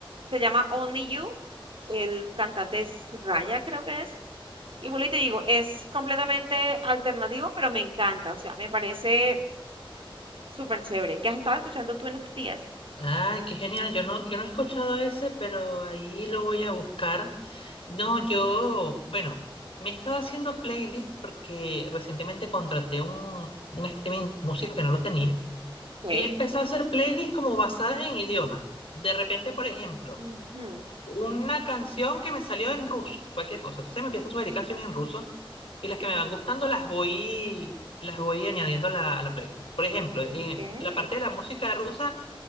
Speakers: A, on the right (about 70°); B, on the left (about 75°).
A: se llama Only You, el cantante es Raya creo que es. Y vuelvo y te digo, es completamente alternativo, pero me encanta, o sea, me parece Súper chévere. ¿Qué has estado escuchando tú en estos días?
B: Ay, qué genial. Yo no, yo no he escuchado ese, pero ahí lo voy a buscar. No, yo, bueno, me he estado haciendo playlists porque recientemente contraté un, un streaming de música que no lo tenía
A: Ok.
B: y he empezado a hacer playlists como basadas en idiomas. De repente, por ejemplo,
A: Ujú,
B: una canción que me salió en ruso, cualquier cosa. Entonces me empieza a sugerir canciones en ruso y las que me van gustando las voy, las voy añadiendo a la, a la playlist. Por ejemplo, en
A: ok.
B: la parte de la música rusa,